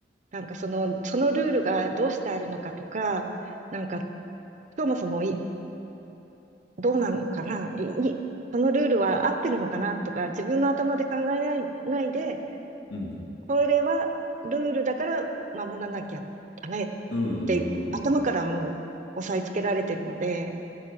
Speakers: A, on the right; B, on the left.
A: なんかその、そのルールがどうしてあるのかとか、なんか、そもそもい、どうなのかな、い、いそのルールは合ってるのかなとか、自分の頭で考えない、ないで、
B: うん。
A: これはルールだから守らなきゃダメっ
B: うんうんうん
A: て、頭からもう押さえつけられてるので、